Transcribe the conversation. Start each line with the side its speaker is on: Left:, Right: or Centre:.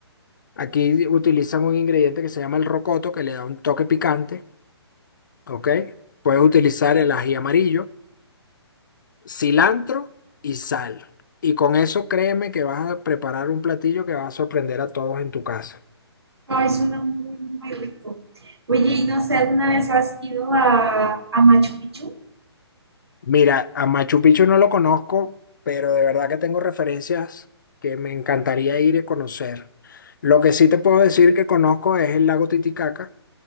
Left: Aquí utilizan un ingrediente que se llama el rocoto, que le da un toque picante, ¿ok? Puedes utilizar el ají amarillo, cilantro y sal. Y con eso créeme que vas a preparar un platillo que va a sorprender a todos en tu casa.
Right: Ay, suena muy, muy rico. Oye, y no sé, ¿alguna vez has ido a, a Machu Picchu?
Left: Mira, a Machu Picchu no lo conozco, pero de verdad que tengo referencias que me encantaría ir y conocer. Lo que sí te puedo decir que conozco es el lago Titicaca,